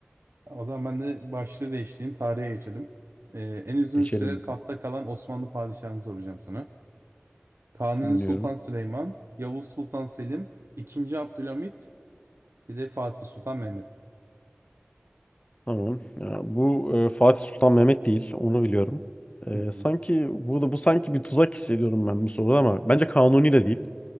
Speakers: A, on the right; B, on the left.
A: O zaman ben de başlığı değiştireyim tarihe geçelim. Ee, en uzun
B: Geçelim
A: süre
B: bakalım.
A: tahta kalan Osmanlı padişahını soracağım sana. Kanuni
B: Dinliyorum.
A: Sultan Süleyman, Yavuz Sultan Selim, II. Abdülhamit bir de Fatih Sultan Mehmet.
B: Tamam. Ya bu e, Fatih Sultan Mehmet değil. Onu biliyorum. E,
A: Hı hı.
B: sanki burada bu sanki bir tuzak hissediyorum ben bu soruda ama bence Kanuni de değil.